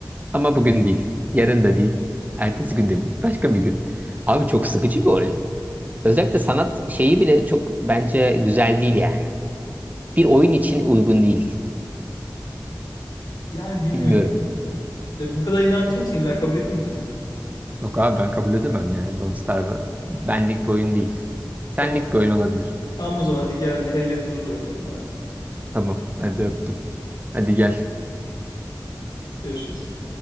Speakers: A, on the right (about 25°); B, on the left (about 80°).
A: Ama bugün değil. Yarın da değil. Ertesi gün de değil. Başka bir gün. Abi çok sıkıcı bir oyun. Özellikle sanat şeyi bile çok bence güzel değil yani. Bir oyun için uygun değil.
B: Yani bilmiyorum.
A: Bilmiyorum.
B: De bu kadar inatçı mısın? İlla kabul etmeyeceksin.
A: Yok abi ben kabul edemem yani Don't Starve benlik bir oyun değil. Senlik
B: Tamam.
A: bir oyun olabilir.
B: Tamam o zaman hadi gel helle lose oynayalım hadi.
A: Tamam hadi öptüm. Hadi gel.
B: Görüşürüz.